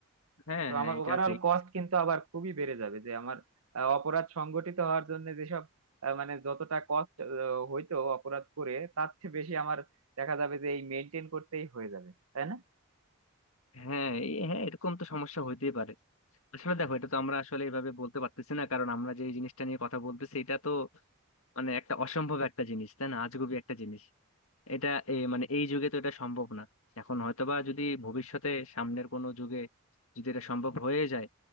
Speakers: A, on the left (about 70°); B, on the right (about 80°).
A: হ্যাঁ
B: তো
A: হ্যাঁ
B: আমার
A: এটা
B: ওভারঅল
A: ঠিক
B: কস্ট কিন্তু আবার খুবই বেড়ে যাবে যে আমার আহ, অপরাধ সংগঠিত হওয়ার জন্য যেসব আহ, মানে যতটা কস্ট হইতো অপরাধ করে তার চেয়ে বেশি আমার দেখা যাবে যে এই মেনটেন করতেই হয়ে যাবে তাই না
A: হ্যাঁ এই- হ্যাঁ এরকম তো সমস্যা হইতেই পারে আসলে দেখো এটা তো আমরা আসলে এইভাবে বলতে পারতেছি না কারণ আমরা যে এই জিনিসটা নিয়ে কথা বলতেছি এটা তো মানে একটা অসম্ভব একটা জিনিস তাই না আজগুবি একটা জিনিস এটা এ, মানে এই যুগে তো এটা সম্ভব না এখন হয়তোবা যদি ভবিষ্যতে সামনের কোনো যুগে যদি এটা সম্ভব হয়ে যায়